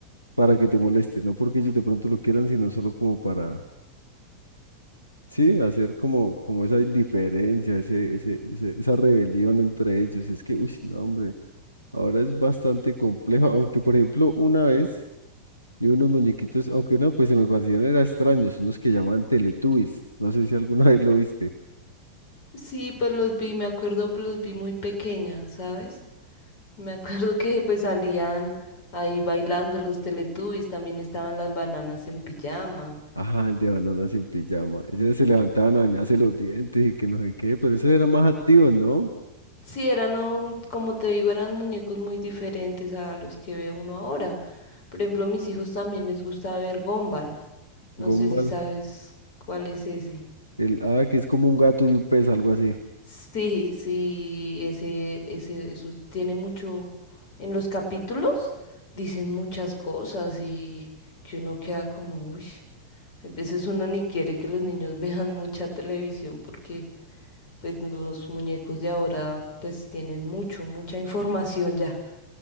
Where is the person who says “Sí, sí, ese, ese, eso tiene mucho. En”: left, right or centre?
Left